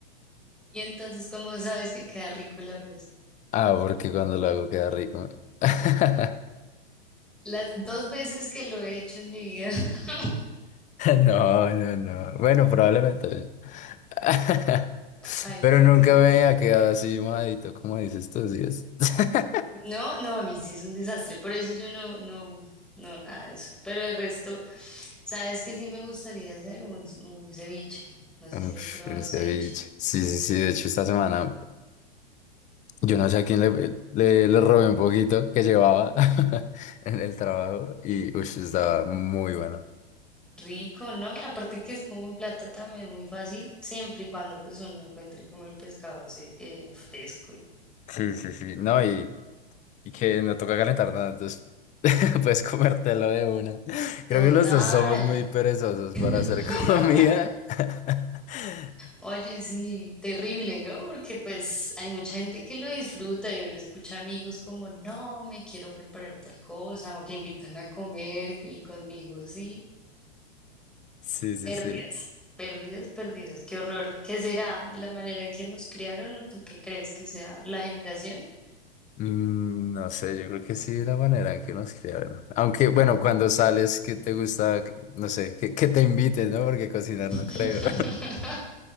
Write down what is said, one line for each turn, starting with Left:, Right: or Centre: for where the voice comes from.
Centre: Y entonces, ¿cómo sabes que queda rico el arroz?
Left: Ah, porque cuando lo hago queda rico. <laughs>
Centre: Las dos veces que lo he hecho en mi vida, <laughs>
Left: No, no, no. Bueno, probablemente. <laughs>
Centre: ay,
Left: Pero
Centre: no,
Left: nunca
Centre: qué risa.
Left: me ha quedado así mojadito, como dices tú, ¿sí es? <laughs>
Centre: No, no, a mí sí es un desastre, por eso yo no, no, no, nada de eso. Pero el resto, ¿sabes qué sí me gustaría hacer? Un, un ceviche. No sé
Left: Uf,
Centre: si has probado
Left: el ceviche.
Centre: ceviche.
Left: Sí, sí, sí. De hecho, esta semana. Yo no sé a quién le, le, le robé un poquito que llevaba <laughs> en el trabajo y ush, estaba muy bueno.
Centre: Rico, ¿no? Aparte que es como un plato también muy fácil, siempre y cuando pues uno encuentre como el pescado se- eh, fresco. y-
Left: Sí, sí, sí. No, y, y que no toca calentar nada, entonces <laughs> puedes comértelo de una. Creo
Centre: Total.
Left: que los dos somos muy perezosos para
Centre: <laughs>
Left: hacer comida. <laughs>
Centre: Oye, sí, terrible, ¿no? Porque pues hay mucha gente que lo disfruta y uno escucha amigos como, no, me quiero preparar tal cosa o que invitan a comer y conmigo, sí,
Left: Sí, sí,
Centre: pérdidas,
Left: sí.
Centre: pérdidas, pérdidas, qué horror. ¿Qué será la manera en que nos criaron o tú qué crees que sea la generación?
Left: Mm, No sé, yo creo que sí, la manera en que nos criaron. Aunque, bueno, cuando sales, que te gusta, no sé, que, que te inviten, ¿no? Porque cocinar
Centre: <laughs>
Left: no creo.